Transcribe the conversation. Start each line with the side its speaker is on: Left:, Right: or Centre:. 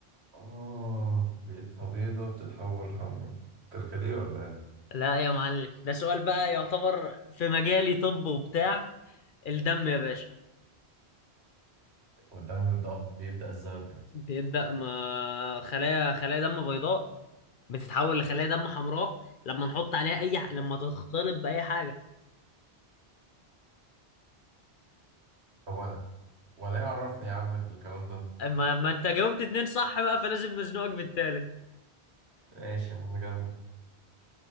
Right: اه بيتها بيضة بتتحول حمرا كركديه ولا إيه؟
Left: لا يا معلم ده سؤال بقى يعتبر في مجالي طب وبتاع الدم يا باشا
Right: قدامي بيبدأ بيبدأ ازاي ابيض
Left: بيبدأ ما خلايا خلايا دم بيضاء بتتحول لخلايا دم حمراء لما نحط عليها اي ح... لما تختلط بأي حاجة
Right: طب وانا وانا ايه عرفني يا عم الكلام ده
Left: ما ما انت جاوبت اتنين صح بقى فلازم نزنقك بالتالت
Right: ماشي يا عم كمل